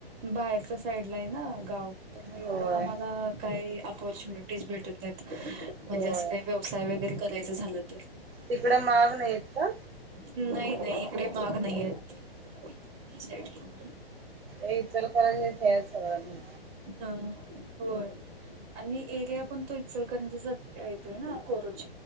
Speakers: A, on the right (about 20°); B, on the right (about 85°).
A: बाहेरच्या साईड ला आहे ना गाव तर मग एवढ्या
B: होय
A: आम्हाला काही अपॉर्च्युनिटीज भेटत आहेत म्हणजे
B: होय
A: असं काही व्यवसाय वगैरे करायचं झालं तर
B: तिकड माग नाही का
A: नाही नाही इकडे माग नाहीय आहेत
B: इचलकरण नाही हे सगळंण
A: हा होय आणि एरिया पण तो इचल कर म्हणजे येतोय ना कोर